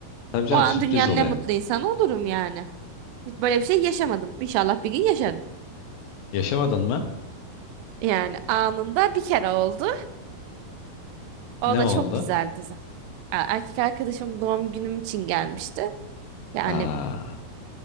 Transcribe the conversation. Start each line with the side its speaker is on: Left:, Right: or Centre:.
Left: Tabii canım
Right: o an
Left: sürpriz
Right: dünyanın
Left: oluyor.
Right: en mutlu insanı olurum yani. Hiç böyle bir şey yaşamadım. İnşallah bir gün yaşarım.
Left: Yaşamadın mı?
Right: Yani anında bir kere oldu. O
Left: Ne
Right: da
Left: oldu?
Right: çok güzeldi. e, erkek arkadaşım doğum günüm için gelmişti. Yani
Left: Aa,